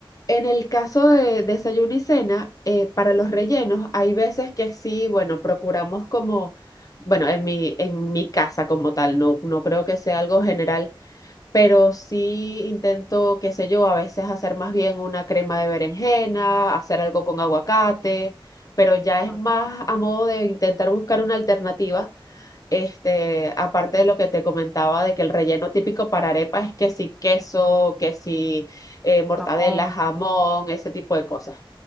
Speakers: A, on the left; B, in the centre.
A: En el caso de desayuno y cena, eh, para los rellenos, hay veces que sí, bueno, procuramos como, bueno, en mi, en mi casa como tal, no, no creo que sea algo general pero sí intento, qué sé yo, a veces hacer más bien una crema de berenjena, hacer algo con aguacate, pero ya es
B: Ah,
A: más
B: el
A: a modo de intentar buscar una alternativa. Este, aparte de lo que te comentaba de que el relleno típico para arepa es que si queso, que si eh, mortadela,
B: Jamón.
A: jamón, ese tipo de cosas.